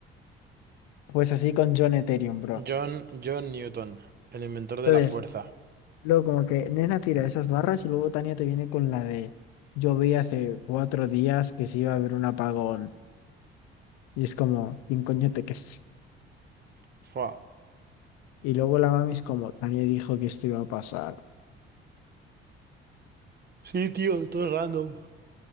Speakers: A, on the left; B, on the right.
A: pues así con John Ethereum, bro.
B: John, John Newton, el inventor de
A: Entonces,
B: la fuerza.
A: luego como que Nena tira esas barras y luego Tania te viene con la de, yo vi hace cuatro días que se iba a haber un apagón. Y es como, ¿quién coño te crees?
B: Fua.
A: Y luego la mami es como, Tania dijo que esto iba a pasar.
B: Sí, tío, todo es random.